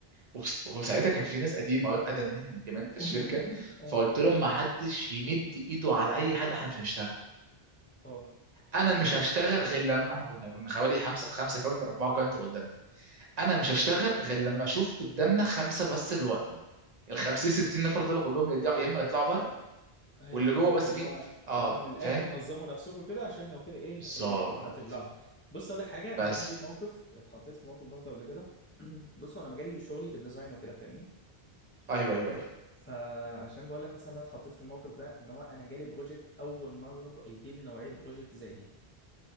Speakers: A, on the right; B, on the left.
A: وبس- وساعتها كان في ناس قديمه اقدم مني كمان في
B: <laughs>
A: الشركه
B: ايوه
A: فقلت لهم ما حدش يمد ايده على اي حد احنا مش هنشتغل
B: اه
A: انا مش هشتغل غير لما احنا كنا كنا حوالي خمسه خمسه كاونتر اربعه كاونتر قدامنا انا مش هشتغل غير لما اشوف قدامنا خمسه بس اللي واقفين ال 50 60 نفر دول كلهم يرجعوا يا اما يطلعوا بره
B: ايوه
A: واللي
B: فاهمك
A: جوه بس
B: اللي
A: فيه
B: هو
A: اه
B: اللي هو من الاخر
A: فاهم
B: نظموا نفسكم كده عشان لو كده ايه
A: بالظبط
B: إيه هتبلعوا بص اقول لك حاجه
A: بس
B: انا عندي موقف اتحطيت في موقف برضه قبل كده <clears throat> بص هو انا مجالي شغلي في الديزاين وكده فاهمني
A: ايوه ايوه ايوه
B: فعشان بقول لك مثلا انا اتحطيت في الموقف ده ان هو انا جالي بروجكت اول مره ب- يجي لي نوعيه بروجكت زي دي